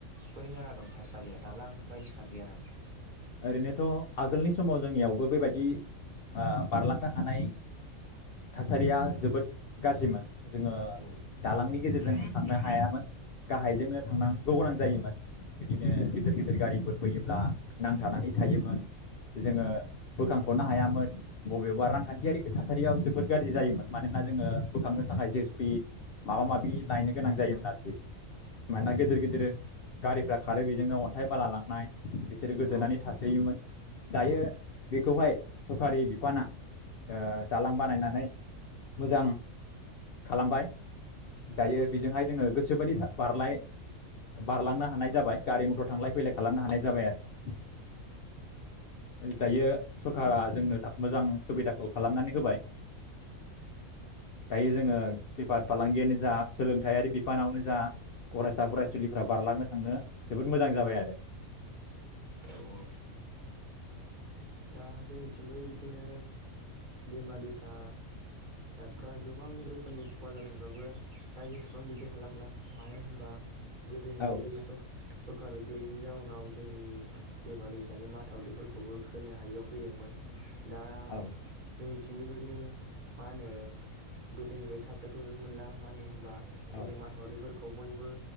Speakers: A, on the right (about 35°); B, on the left (about 60°).
A: बोरै जाना दं थासारिया दालां बायदिसिना गैया नामा?
B: ओरैनोथ' आगोलनि समाव जोंनियावबो बेबायदि आ बारलांनो हानाय थासारिया जोबोद गाज्रिमोन। जोङो
A: औ
B: दालांनि गेजेरजों थांनो हायामोन गाहायजोंनो थांनांगौ गोनां जायोमोन बिदिनो गिदिर गिदिर गारिफोर फैयोब्ला नांथानानै थायोमोन जोङो बोखांख'नो हायामोन बबेबा रांखान्थियारि थासारियाव जोबोद गाज्रि जायोमोन मानोना जोङो बोखांनो जि एस पि माबा माबि लायनो गोनां जायोमोन आरखि मानोना गिदिर गारिफ्रा खारो बेजोंनो अन्थाइ बाला लांनाय बिज गोदोनानै
A: औ
B: थासोयोमोन दायो बेखौहाय सरखारि बिफाना ओ दालांबा नायनानै मोजां खालामबाय। दायो बेजोंहाय जोङो गोस सोबायदि था बारलाय बारलांनो हानाय जाबाय गारि मथर थांलाय फैलाय खालामनो हानाय जाबाय आरो। दायो सरखारा जोंनो मोजां सुबिदाखौ खालामनानै होबाय दायो जोङो
A: उम उम
B: बेफार फालांगियानो जा सोलोंथायारि बिफानावनो जा फरायसा फरायसुलिफ्रा बारलांनो थांनो जोबोद मोजां जाबाय आरो।
A: औ औ दा जोंनिथिंबो बिदिनो दैमा दैसा फ्रा गोब गोबां रोखोमनि खहा जादोंब्लाबो दा एसेबां बिदि खालामला मानो होनबा गोदोनि
B: औ
A: बायदि सर सरखार गैयैनि जाउनाव जोंनि दैमा दैसानि माथावरिफोरखौबो होनो हायियाव फैदोंमोन। दा
B: औ
A: जोंनि थिंबो बेबायदि मा होनो गोदोनि बायदि थासारिखौ नुनो मोनला मानो होनबा
B: औ
A: जों माथावरिफोरखौ बयबो